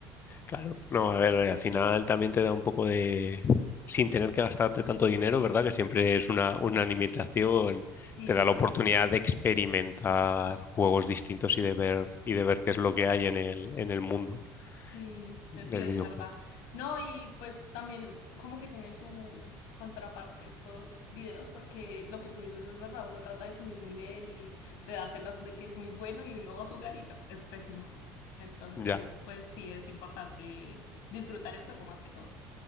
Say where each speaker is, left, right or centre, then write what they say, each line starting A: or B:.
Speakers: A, on the left (about 35°); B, on the left (about 75°).
A: Claro. No, a ver, eh, al final también te da un poco de... Sin tener que gastarte tanto dinero, ¿verdad? Que siempre es una, una limitación,
B: Sí,
A: te
B: exacto.
A: da la oportunidad de experimentar juegos distintos y de ver, y de ver qué es lo que hay en el, en el mundo
B: Sí,
A: del
B: eh, sí, es
A: videojuego.
B: verdad. No, y pues también como que tiene su contraparte estos videos, porque lo que tú dices es verdad, uno trata de subir nivel y de dárselas de que es muy bueno y uno va a jugar y no, es pésimo. Entonces,
A: Ya,
B: pues sí, es importante disfrutar el juego más que todo.